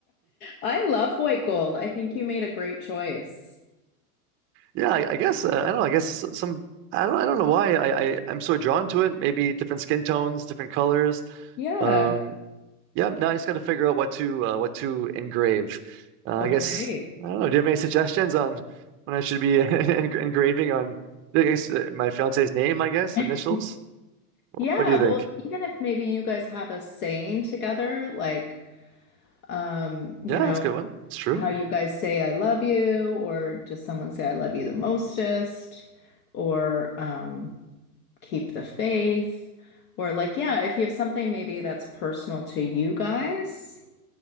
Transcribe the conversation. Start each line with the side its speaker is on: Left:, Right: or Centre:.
Left: I love white gold. I think you made a great choice.
Right: yeah, I, I guess uh, I don't know. I guess some. I don't, I don't know why I, I, I'm so drawn to it. Maybe different skin tones, different colors.
Left: Yeah.
Right: Um, Yep. Now I just got to figure out what to uh, what to engrave. Uh, I
Left: Okay.
Right: guess I don't know. Do you have any suggestions on when I should be <laughs> en engraving on I guess, uh, my fiance's name? I guess
Left: <laughs>
Right: initials.
Left: Yeah,
Right: What do you
Left: well,
Right: think?
Left: even if maybe you guys have a saying together, like um, you
Right: Yeah, that's
Left: know,
Right: a good one. It's true.
Left: how you guys say I love you, or just someone say I love you the mostest, or um, keep the faith or like yeah if you have something maybe that's personal to you guys